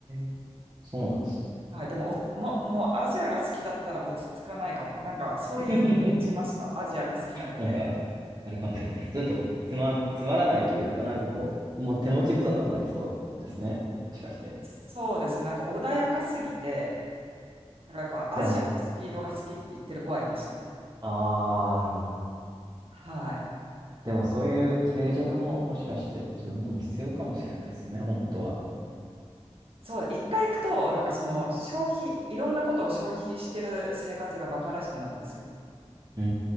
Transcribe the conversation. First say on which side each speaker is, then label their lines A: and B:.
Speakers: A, on the right; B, on the right.
A: え、そうなんですね。
B: はい、でもお、も、もうアジアが好きだったら落ち着かないかも。なんかそういう感じました。
A: <laughs>
B: アジアが好きな子で。
A: なんか、あれかもしれないです。ちょっとつま、つまらないというか、なんかこう、もう手持ち無沙汰になりそうですね。もしかして。
B: そうですね。なんか穏やかすぎて、なんかやっぱアジアのスピードが好きって言ってる子はいました。
A: でも、ああ、なるほど。
B: はい。
A: でもそういう静寂ももしかして自分にも必要かもしれないですよね、本当は。
B: そう、一回行くと、なんかその消費、いろんなことを消費してる生活がバカらしくなるんですよ。
A: うー